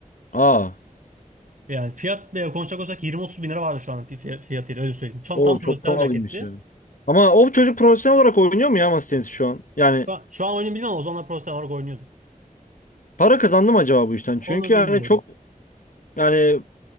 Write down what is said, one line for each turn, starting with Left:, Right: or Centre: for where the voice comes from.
Left: Aa,
Right: Yani fiyat bile konuşacak olsak 20-30 bin lira vardı şu an fiyatıyla öyle söyleyeyim. Tam,
Left: o
Right: tam profesyonel
Left: çok pahalıymış
Right: bir raketti.
Left: ya. Ama o çocuk profesyonel olarak oynuyor mu ya masa tenisi şu an? Yani
Right: Şu an, şu an oyunu bilmiyorum o zamanlar profesyonel olarak oynuyordu.
Left: para kazandı mı acaba bu işten?
Right: Onu
Left: Çünkü
Right: bilmiyorum.
Left: yani çok yani